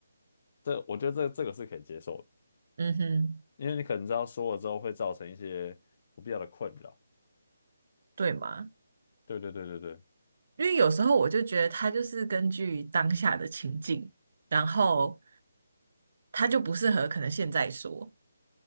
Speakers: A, on the left; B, on the right.
A: 这我觉得这这个是可以接受的，
B: 嗯哼，
A: 因为你可能知道说了之后会造成一些不必要的困扰，
B: 对吗？
A: 对对对对对
B: 因为有时候我就觉得他就是根据当下的情境，然后他就不适合可能现在说，